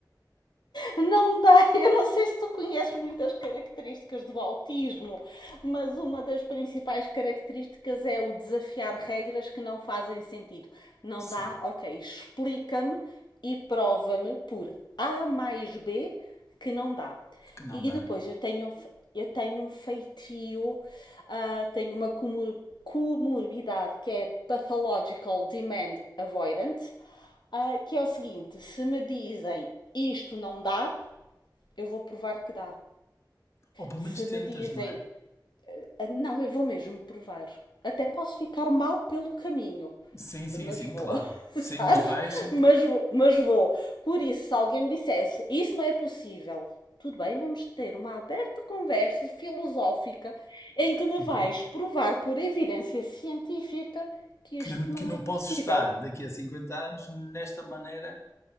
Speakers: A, on the left (about 80°); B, on the left (about 35°).
A: Não dá. Eu não sei se tu conheces muitas características do autismo, mas uma das principais características é o desafiar regras que não fazem sentido. Não
B: Sim,
A: dá? Ok, explica-me e prova-me por A mais B que não dá.
B: porque não
A: E
B: dá.
A: depois eu tenho, eu tenho um feitio, ah, tenho uma comor- comorbidade que é Pathological Demand Avoidant ah, que é o seguinte: se me dizem isto não dá, eu vou provar que dá.
B: Ou pelo
A: Se
B: menos tentas,
A: me dizem
B: não é?
A: "Ah, não, eu vou mesmo provar. Até posso ficar mal pelo caminho,
B: Sim, sim,
A: mas
B: sim,
A: vou,
B: claro.
A: <laughs> sabes?
B: Sim, mas vais. e-
A: Mas vou, mas vou. Por isso, se alguém me dissesse isso não é possível, tudo bem, vamos ter uma aberta conversa filosófica em que me
B: e
A: vais
B: vá.
A: provar por evidência científica que
B: Que
A: isto
B: eu, não- que
A: não
B: eu não
A: é possível.
B: posso estar daqui a cinquenta anos nesta maneira.